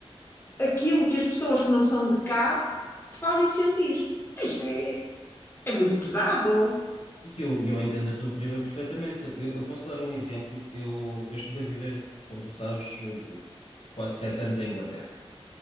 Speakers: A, on the left; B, on the left.
A: aquilo que as pessoas que não são de cá te fazem sentir. Isto é, é muito pesado.
B: E eu, e eu entendo a tua prima perfeitamente. Eu, eu posso dar um exemplo. Eu, eu estive a viver, como tu sabes, eh, quase sete anos em Inglaterra.